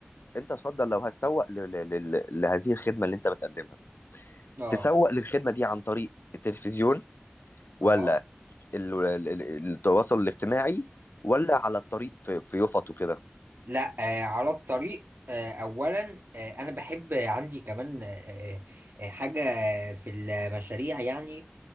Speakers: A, on the left; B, on the right.
A: انت اتفضل لو هتسوق ل... ل... ل... لهذه الخدمة اللي انت بتقدمها
B: اه
A: تسوق للخدمة دي عن طريق التلفزيون
B: اه
A: ولا ال- ال- ال- التواصل الاجتماعي ولا على الطريق في في يفط وكده
B: لا آه، على الطريق آه، اولا آه، انا بحب عندي كمان آه، آه، حاجة في المشاريع يعني